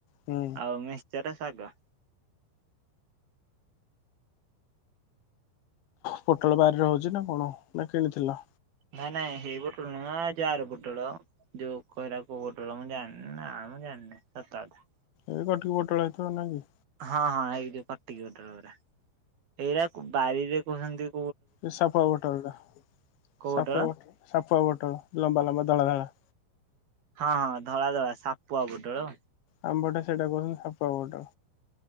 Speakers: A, on the left (about 75°); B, on the right (about 55°).
A: ହୁଁ।
B: ଆଉ ମିକ୍ସଚର ଶାଗ।
A: ପୋଟୋଳୋ ବାରିରେ ହୋଉଚି ନା କଣ ନା କିଣିଥିଲ।
B: ନାଇଁ ନାଇଁ ହେଇ ପୋଟୋଳ ନୁହେଁ ଏ ଯୋଉ ଆର ପୋଟୋଳ। ଯୋଉ କଉରା କୋଉ ପୋଟୋଳ ମୁଁ ଜନ ନାଁ ମୁଁ ଜାଣିନି ସତ କଥା।
A: ଏଇ <unintelligible> ପୋଟଳ ହେଇଥିବ ନା କି?
B: ହଁ ହଁ ହେଇ ଯୋଉ କଟିକି ପୋଟୋଳ ଗୁରା ଏଇରା କୁ ବାରିରେ କୁହାନ୍ତି
A: ଏ ସାପୁଆ ପୋଟୋଳ ଟା
B: କୋଉ
A: ସାପୁଆ
B: ପୋଟଳ
A: ପୋଟୋ ସାପୁଆ ପୋଟୋଳୋ ଲମ୍ବା ଲମ୍ବା ଧଳା ଧଳା।
B: ହଁ ହଁ ଧଳା ଧଳା ସାପୁଆ ପୋଟୋଳୋ।
A: ଆମ ପଟେ ସେଇଟା କହୁଛନ୍ତି ସାପୁଆ ପୋଟଳ